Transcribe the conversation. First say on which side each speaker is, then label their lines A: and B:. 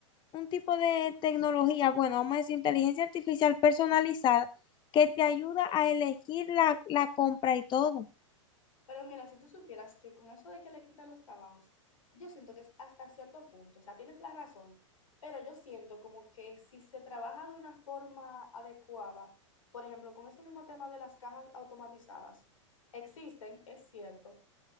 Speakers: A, on the left (about 30°); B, on the left (about 85°).
A: un tipo de tecnología, bueno, vamos a decir inteligencia artificial personalizada, que te ayuda a elegir la, la compra y todo.
B: Pero mira, si tú supieras que con eso de que le quitan los trabajos, yo siento que es hasta cierto punto, o sea, tienes la razón, pero yo siento como que si se trabaja de una forma adecuada, por ejemplo, con ese mismo tema de las cajas automatizadas, existen, es cierto,